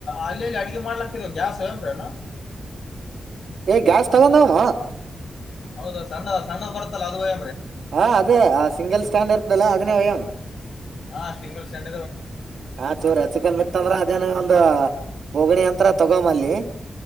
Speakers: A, on the left; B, on the right.
A: ಅಲ್ಲಿಲ್ಲಿ ಅಡಗೆ ಮಾಡ್ಲಾತಿದ ಗ್ಯಾಸ್ ಹೇಳಂದ್ರನು
B: ಏ್ ಗಾಸ್ ತಗೊಂಡಾಮ
A: ಹೌದ ಸಣ್ಣ ಸಣ್ಣ ಬತ್ತಲ್ಲ ಅದು ವಯ
B: ಹಾ ಅದೇ ಆ ಸಿಂಗಲ್ ಸ್ಟ್ಯಾಂಡ್ ಇರ್ತದಲ್ಲ ಅದನ್ನೇ ವಯಂ್
A: ಹಾ ಸಿಂಗಲ್ ಸಂಡ
B: ಆ ಚೂರ ಚಿಕ್ಕಮ್ಮಿತ್ತ ಅಂದ್ರ ಅದೇನ ಒಂದ ಬೋಗಣಿ ಅಂತ್ರ ತಗೊಮಲ್ಲಿ